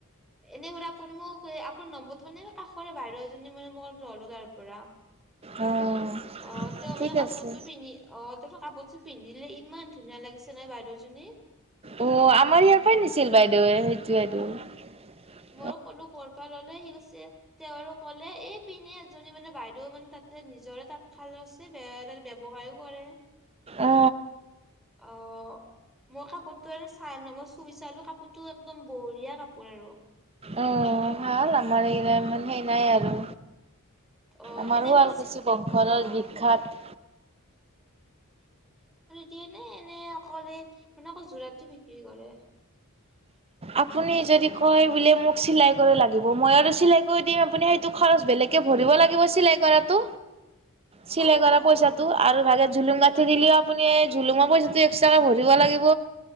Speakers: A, in the centre; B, on the right.
A: সুৰা আপুনি মোক এ আপোন নম্বটো মানে কাষৰে বাইদউ এজনী মানে মোক ল'লো তাৰ পৰা।
B: অ'।
A: অ তেওঁ
B: ঠিক
A: মানে কাপোৰযোৰ
B: আছে
A: পিন্ধি অ তেওঁ কাপোৰযোৰ। পিন্ধিলে ইমান ধুনীয়া লাগিছে নাই বাইদেউজনী।
B: অ আমাৰ ইয়াৰ পৰাই নিছিল বাইদেৱে সেইটো এইটো।
A: মই ক'লো ক'ৰ পৰা ললে সি কৈছে তেওঁ আৰু ক'লে এই পিনে এজনী মানে বাইদেউ মানে। তাতে নিজৰে তাঁতশাল ৰচী বে ব্যৱসায়ী কৰে
B: অ
A: অ মই কাপোৰতটো আৰু চাই ন মই চুই চালো। কাপোৰতো একদম বঢ়িয়া কাপোৰ আৰু
B: অ ভাল আমাৰ এয়া ইমান সেই নাই
A: অ',
B: আৰু
A: অ',
B: আমাৰো
A: এনেদৰে
B: ৱালকুচি বংশৰ
A: অ',
B: বিখ্যাত।
A: কেনে এনে অকল এ যোৰাতটো বিক্ৰী কৰে।
B: আপুনি যদি কয় বোলে, মোক চিলাই কৰিব লাগিব মই আৰু চিলাই কৰি দিম আপুনি সেইটো খৰচ বেলেগকে ভৰিব লাগিব চিলাই কৰাতটো। চিলাই
A: অ',
B: কৰা পইচাটো
A: অ',
B: আৰু ভাগে জুলুং গাত <unintelligible> আপুনি জলোঁঘা পইচাটো একট্ৰহা কে দিব লাগিব